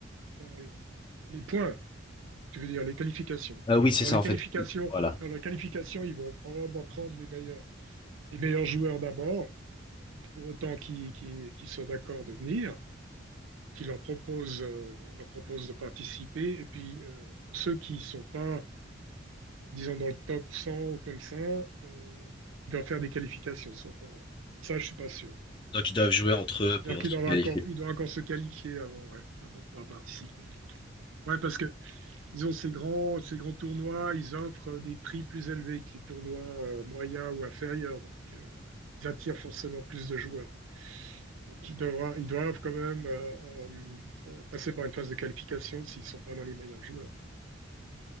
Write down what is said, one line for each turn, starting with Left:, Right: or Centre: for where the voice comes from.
Right: Alors, les points, tu veux dire les qualifications.
Left: Euh, oui, c'est
Right: Alors,
Left: ça
Right: les
Left: en
Right: qualifications,
Left: fait. Voilà.
Right: dans la qualification, ils vont probablement prendre les meilleurs, les meilleurs joueurs d'abord, pour autant qu'ils qu'ils- qu'ils soient d'accord de venir. Qui leur propose, euh, on leur propose de participer. Et puis, euh, pour ceux qui sont pas disons dans le top 100 ou comme ça, euh, il doit faire des qualifications. Ça, ça je suis pas sûr.
Left: Donc ils doivent jouer entre
Right: C'est-à-dire
Left: eux pour
Right: qu'il
Left: se
Right: doit
Left: qualifier.
Right: encore, il doit encore se qualifier avant, ouais, avant de pouvoir participer. Ouais, parce que ils ont ces grands, ces grands tournois, ils offrent des prix plus élevés que les tournois euh, moyens ou inférieurs, donc euh, ils attirent forcément plus de joueurs. Donc ils doivent, ils doivent quand même euh, euh, euh, passer par une phase de qualification s'ils sont pas dans les meilleurs joueurs.